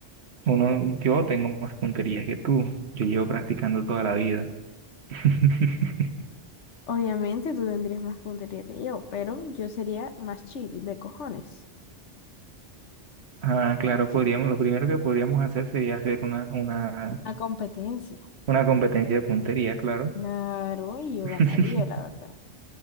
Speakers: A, on the right; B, on the left.
A: uno, yo tengo más puntería que tú. Yo llevo practicando toda la vida. <laughs>
B: Obviamente tú tendrías más puntería que yo, pero yo sería más chill de cojones.
A: Ah, claro, podríamos, lo primero que podríamos hacer sería hacer una, una
B: La competencia.
A: Una competencia de puntería, claro.
B: Claro, y yo
A: <laughs>
B: ganaría, la verdad.